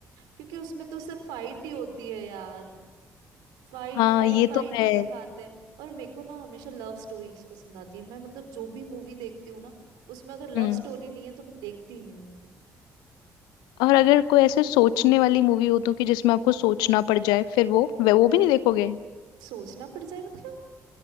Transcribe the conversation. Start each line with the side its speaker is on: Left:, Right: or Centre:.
Right: क्योंकि उसमें तो सिर्फ फाइट ही होती है यार फाइट
Left: हाँ
Right: फाइट
Left: ये
Right: फाइट
Left: तो है
Right: ही दिखाते हैं और मेरे को ना हमेशा लव स्टोरीज पसंद आती है मैं मतलब जो भी मूवी देखती हूँ ना उसमें अगर लव
Left: हम्म
Right: स्टोरी नहीं है तो मैं देखती ही नहीं हूँ मूवी
Left: और अगर कोई ऐसे सोचने वाली मूवी हो तो कि जिसमें आपको सोचना पड़ जाए फिर वो वे वो भी नहीं देखोगे
Right: सोचना पड़ जाए मतलब